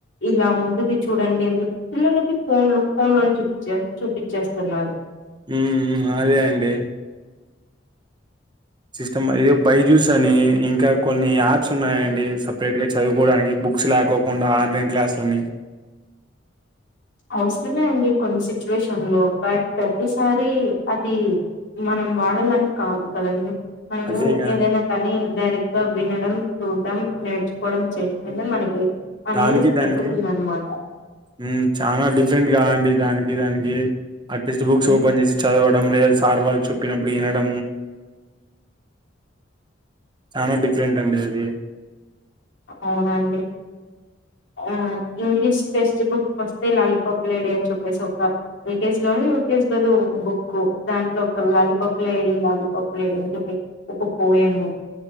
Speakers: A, on the left; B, on the right.
A: ఇలా ఉంటుంది చూడండి అని చెప్పి పిల్లలకి ఫోన్లు ఫోన్ లోని చూపి చూపించేస్తున్నారు
B: ఉ ఉ అదేఅండి సిస్టమ్ అయి బైజ్యూస్ అని ఇంకా కొన్ని యాప్స్ ఉన్నాయండి సపరేట్ గా చదువుకోవడానికి బుక్స్ లేకోకుండా ఆన్లైన్ క్లాసులని
A: అవసరమే అండి కొన్ని సిచ్యువేషన్ లో బట్ ప్రతిసారి అది మనం వాడాలని కాదు కదండి మనము
B: అదేగా
A: ఏదైనా కానీ డైరెక్ట్ గా వినడం చూడ్డం నేర్చుకోవడం చేస్తేనె మనకి అనేది
B: దానికి దానికి
A: ఎక్కుతుందనమాట.
B: మ్ చాలా డిఫ డిఫెంట్గా అండి దానికి దానికి ఆ టెక్ట్ బుక్స్ఓపన్
A: హ్మ్.
B: చేసి చాలా లేదా సార్ వాళ్ళు చప్పినప్పుడు వినడ చాల డిఫరెంట్ అండి అది
A: అవునండి ఆ ఇంగ్లీష్ టెక్స్ట్ బుక్ వస్తే లాలీపాప్ లేడి అని చెప్పేసి ఒక యూకేజ్ లో యూకేజ్ లోద ఒక బుక్కు దాంట్లో ఒక లాలీపాప్ లేడి లాలీపాప్ లేడి అని చెప్పి ఒక పోయమ్